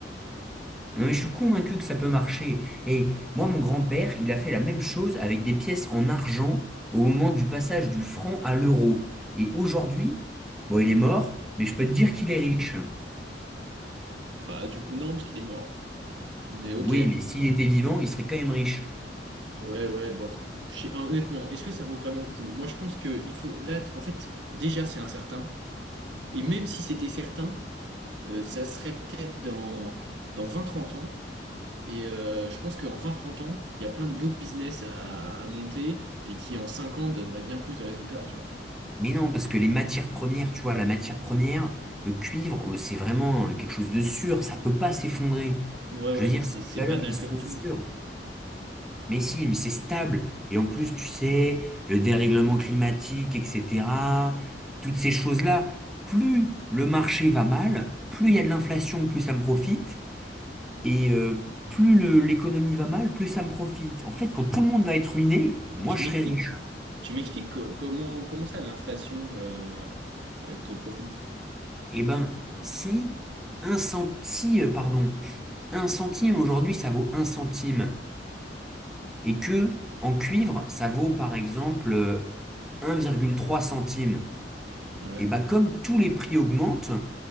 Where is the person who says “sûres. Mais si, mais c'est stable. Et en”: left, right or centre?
Centre